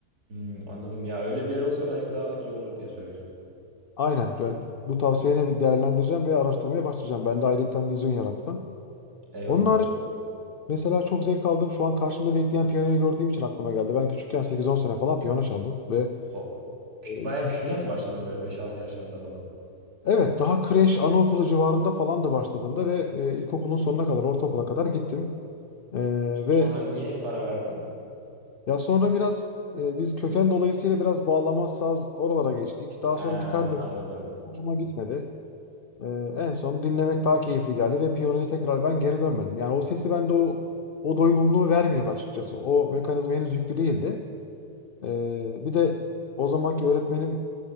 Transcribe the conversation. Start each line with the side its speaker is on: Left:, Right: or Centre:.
Right: Hmm, anladım ya öyle bir yer olsa belki daha iyi olur diye söyleyeceğim.
Left: Aynen. Ben bu tavsiyene bir değerlendireceğim ve araştırmaya başlayacağım. Ben de ayrıca vizyon yarattın.
Right: Eyvallah.
Left: Onun harici Mesela çok zevk aldığım şu an karşımda bekleyen piyanoyu gördüğüm için aklıma geldi. Ben küçükken sekiz on sene falan piyano çaldım ve
Right: O, kü-
Left: e,
Right: bayağı
Left: hiç-
Right: küçükken mi başladın böyle beş altı yaşlarında falan?
Left: evet daha kreş anaokulu civarında falan da başladığımda ve e, ilkokulun sonuna kadar ortaokula kadar gittim. E,
Right: Sonra
Left: ve
Right: niye ara verdin?
Left: ya sonra biraz e, biz köken dolayısıyla biraz bağlama saz oralara geçtik. Daha
Right: He,
Left: sonra gitar da
Right: anladım.
Left: hoşuma gitmedi. E, en son dinlemek daha keyifli geldi ve piyanoya tekrar ben geri dönmedim. Yani o sesi bende o o doygunluğu vermiyordu açıkçası. O mekanizma henüz yüklü değildi. Ee, bir de o zamanki öğretmenim